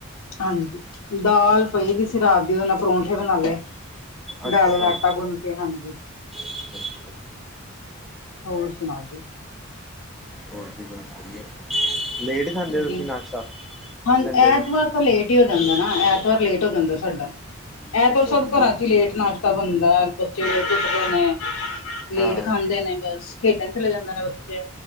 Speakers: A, on the left; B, in the centre.
A: ਹਾਂਜੀ ਦਾਲ ਪਈ ਦੀ ਸੀ ਰਾਤ ਦੀ ੳਹਦੇ ਨਾਲ ਪਰੌਂਠੇ ਬਣਾ ਲਏ।
B: ਅੱਛਾ
A: ਦਾਲ ਵਾਲਾ ਆਟਾ ਗੁੰਨ ਕੇ ਹਾਂਜੀ।
B: ਅੱਛਾ
A: ਹੋਰ ਸੁਣਾ ਤੁਸ
B: ਹੋਰ ਜੀ ਬਸ ਵਧੀਆ ਲੇਟ ਖਾਂਦੇ
A: ਵਧੀਆ
B: ਹੋ ਤੁਸੀਂ ਨਾਸ਼ਤਾ।
A: ਹਾਂ
B: ਸੰਡੇ
A: ਐਤਵਾਰ
B: ਨੂੰ
A: ਤਾਂ ਲੇਟ ਹੀ ਹੋ ਜਾਂਦਾ ਨਾ, ਐਤਵਾਰ ਲੇਟ
B: ਅੱਛਾ
A: ਹੋ ਜਾਂਦਾ
B: ਅੱਛਾ
A: ਸਾਡਾ। ਐਤਵਾਰ
B: ਅੱਛਾ
A: ਸਭ
B: ਅੱਛਾ
A: ਘਰਾਂ ਚ ਹੀ ਲੇਟ ਨਾਸ਼ਤਾ ਬਣਦਾ, ਬੱਚੇ ਲੇਟ ਉੱਠਦੇ ਨੇ ਲੇਟ
B: ਹਾਂ
A: ਖਾਂਦੇ ਨੇ ਬਸ ਖੇਡਣ ਚਲੇ ਜਾਂਦੇ ਨੇ ਬੱਚੇ